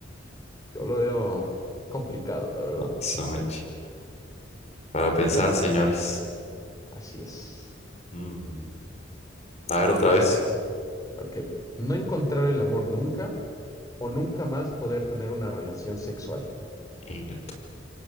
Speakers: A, on the left; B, on the left.
A: Yo lo veo complicado, la verdad.
B: So much. Para pensar, señores.
A: Así es.
B: Mm. A ver, otra vez.
A: Ok. No encontrar el amor nunca o nunca más poder tener una relación sexual.
B: Inga.